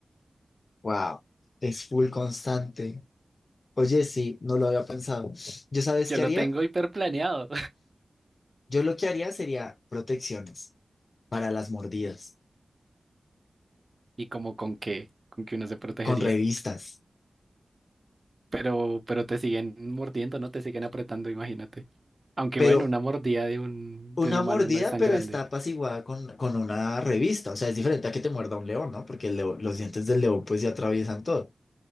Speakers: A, on the left; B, on the right.
A: wow, es full constante. Oye, sí, no lo había pensado. ¿Yo sabes
B: Yo
A: qué
B: lo
A: haría?
B: tengo hiperplaneado
A: Yo lo que haría sería protecciones para las mordidas,
B: <laughs> y como con que, con que uno se protegería.
A: con revistas,
B: Pero, pero te siguen mordiendo, ¿no? Te siguen apretando, imagínate. Aunque
A: pero
B: bueno, una mordida de un,
A: una
B: de un humano
A: mordida,
B: no es tan
A: pero
B: grande.
A: está apaciguada con, con una revista. O sea, es diferente a que te muerda un león, ¿no? Porque el leo- los dientes del león pues ya atraviesan todo,